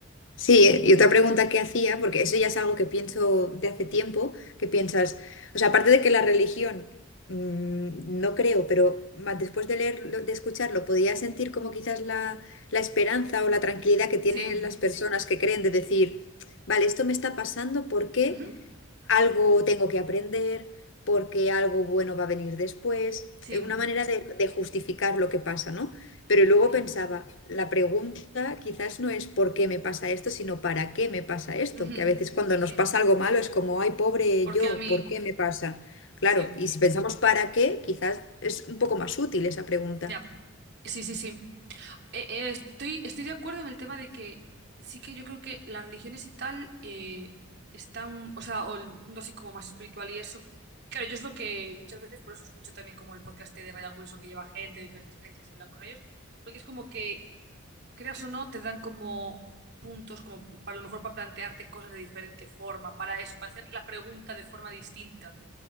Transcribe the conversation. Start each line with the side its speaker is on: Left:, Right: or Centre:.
Left: sí, y otra pregunta que hacía, porque eso ya es algo que pienso de hace tiempo, que piensas, o sea, aparte de que la religión, mm, no creo, pero ma- después de leerlo, de escucharlo, podía sentir como quizás la, la esperanza o la tranquilidad que tienen
Right: Sí,
Left: las personas que creen de decir, vale, esto me está pasando, ¿por qué?
Right: Ujú.
Left: algo tengo que aprender porque algo bueno va a venir después.
Right: Sí,
Left: Eh, Una manera de, de justificar lo que pasa, ¿no? Pero luego
Right: sí,
Left: pensaba, la pregunta quizás no es por qué me pasa esto, sino para qué me pasa esto.
Right: Ujú.
Left: Que a veces cuando
Right: Sí.
Left: nos pasa algo malo es como, ay, pobre
Right: ¿Por
Left: yo,
Right: qué a mí?
Left: ¿por qué me pasa? Claro,
Right: Sí,
Left: y si pensamos para qué, quizás es un poco más útil esa pregunta.
Right: ya, sí, sí, sí. Eh, eh, estoy, estoy de acuerdo en el tema de que sí que yo creo que las religiones y tal eh, están, o sea, o el mundo así como más espiritual y eso. Y claro, yo es lo que muchas veces, por eso escucho también como el podcast de Ryan Wilson que lleva gente de diferentes creencias y hablan con ellos, porque es como que, creas o no, te dan como puntos, como para a lo mejor para plantearte cosas de diferente forma, para eso, para hacer la pregunta de forma distinta